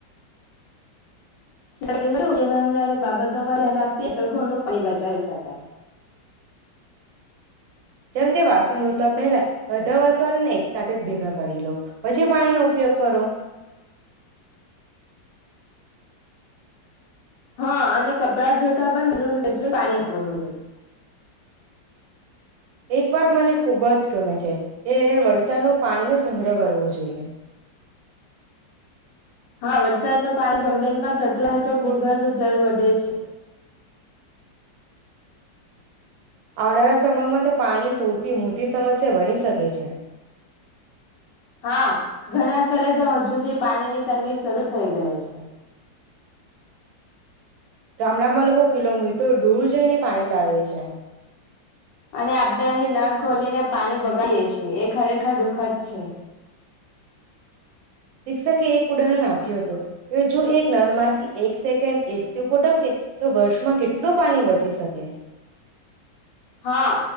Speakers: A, on the left; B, on the right.
A: નાની નાની બાબતોમાં ધ્યાન આપતી તો ઘણું પણ બચાવી શકાય.
B: જેમ કે વાસણ ધો તો પહેલા બધા વાસણો ને એક સાથે જ ભેગા કરી લો પછી પાણીનો ઉપયોગ કરો.
A: હા અને કપડા ધોતા પણ જરૂરી એટલું પાણી <unintelligible>
B: એક વાત મને ખુબ જ ગમે છે. એ વરસાદ નું પાણીનું સંગ્રહ કરવો જોઈએ.
A: હા વરસાદનો પાણી જમીનમાં જતો રહે હો તો ભૂગર્ભ જળ વધે છે.
B: આવનારા સમયમાં તો પાણી શો થી મોટી સમસ્યા બની શકે છે.
A: હા ઘણા સરે તો હજુથી પાણીની તંગી શરૂ થઈ ગઈ છે.
B: ગામડામાં લોકો કિલોમીટર દૂર જઈને પાણી લાવે છે.
A: અને આપણે અહી નળ ખોલીને પાણી બગાડીએ છીએ, એ ખરેખર દુઃખદ છે.
B: શિક્ષકે એક ઉદાહરણ આપ્યો હતો કે જો એક નળમાંથી એક સેકન્ડ એક ટીપોટ કે તો વર્ષમાં કેટલું પાણી બચી શકે.
A: હા